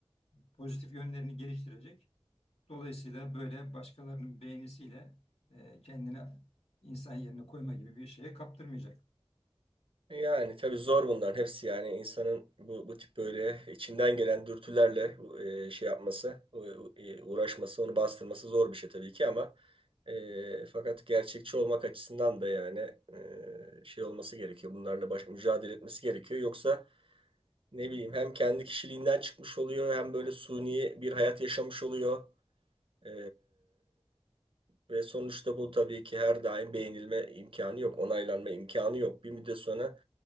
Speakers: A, on the left; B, on the right.
A: pozitif yönlerini geliştirecek Dolayısıyla böyle başkalarının beğenisiyle e, kendini insan yerine koyma gibi bir şeye kaptırmayacak.
B: Yani tabii zor bunların hepsi yani insanın bu, bu tip böyle içinden gelen dürtülerle e, şey yapması, e, uğraşması, onu bastırması zor bir şey tabii ki ama e, fakat gerçekçi olmak açısından da yani e, şey olması gerekiyor. Bunlarla baş, mücadele etmesi gerekiyor. Yoksa ne bileyim hem kendi kişiliğinden çıkmış oluyor hem böyle suni bir hayat yaşamış oluyor. Ee, ve sonuçta bu tabii ki her daim beğenilme imkanı yok, onaylanma imkanı yok. Bir müddet sonra